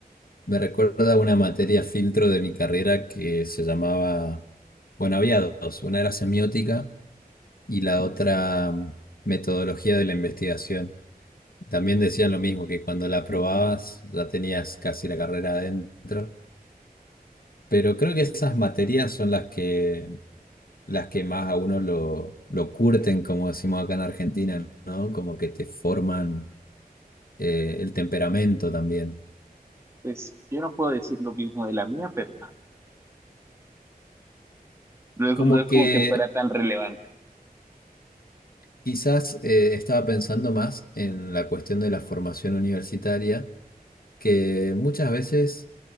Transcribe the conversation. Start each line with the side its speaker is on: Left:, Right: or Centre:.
Left: Me recuerda a una materia filtro de mi carrera que se llamaba, bueno, había dos, una era semiótica y la otra mm, metodología de la investigación. También decían lo mismo, que cuando la aprobabas ya tenías casi la carrera adentro, pero creo que esas materias son las que, las que más a uno lo, lo curten, como decimos acá en Argentina, ¿no? Como que te forman eh, el temperamento también.
Right: Pues yo no puedo decir lo mismo de la mía, pero no es,
Left: Como
Right: no es
Left: que...
Right: como que fuera tan relevante.
Left: Quizás eh, estaba pensando más en la cuestión de la formación universitaria, que muchas veces